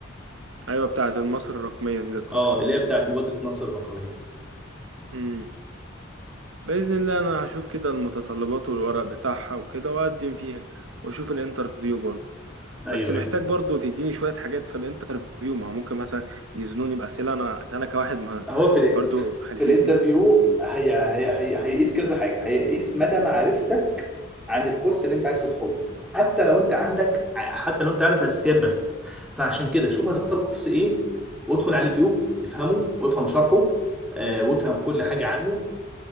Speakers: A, on the right; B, in the centre.
A: ايوه بتاعه مصر الرقمية دي للاتصالات
B: اه اللي هي بتاعت مبادره مصر الرقميه
A: امم بإذن الله انا هشوف كده المتطلبات والورق بتاعها وكده واقدم فيها واشوف الانترفيو برضه
B: ايوه
A: بس محتاج
B: ايوه
A: برضو تديني شوية حاجات في الانترفيو ما هو ممكن مثلا يزنوني بأسئلة أنا أنا كواحد ما
B: هو في
A: برضو خلفيتي
B: في الانترفيو هي هي هي هيقيس كذا حاجه هيقيس مدى معرفتك عن الكورس اللي انت عايز تدخله حتى لو انت عندك حتى لو انت عارف اساسيات بس فعشان كده شوف هتختار كورس ايه وادخل على اليوتيوب افهمه وافهم شرحه آه، وافهم كل حاجه عنه